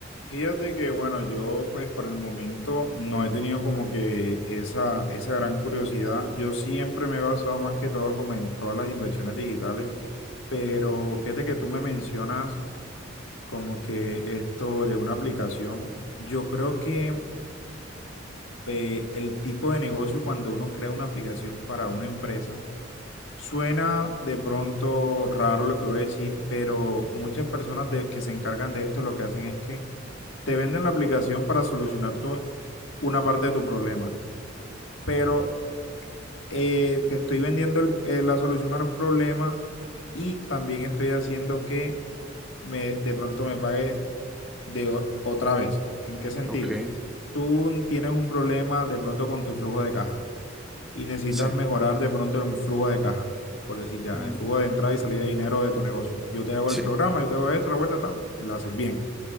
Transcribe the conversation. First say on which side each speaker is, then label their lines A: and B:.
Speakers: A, on the left; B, in the centre.
A: Fíjate que bueno, yo pues por el momento no he tenido como que esa, esa gran curiosidad. Yo siempre me he basado más que todo como en todas las inversiones digitales, pero fíjate que tú me mencionas como que esto de una aplicación. Yo creo que eh, el tipo de negocio cuando uno crea una aplicación para una empresa, suena de pronto raro lo que voy a decir, pero muchas personas de- que se encargan de esto lo que hacen es que te venden la aplicación para solucionar tu, una parte de tu problema, pero eh, te estoy vendiendo el- eh, la solución al problema y también estoy haciendo que me, de pronto me pague. de o- otra vez. ¿En qué sentido?
B: Ok,
A: Tú tienes un problema de pronto con tu flujo de caja y necesitas
B: sí,
A: mejorar de pronto el flujo de caja, por decir ya,
B: mm,
A: el flujo de entrada y salida de dinero de tu negocio. Yo te hago
B: sí,
A: el programa, yo te hago esto, la vuelta está, me lo haces bien.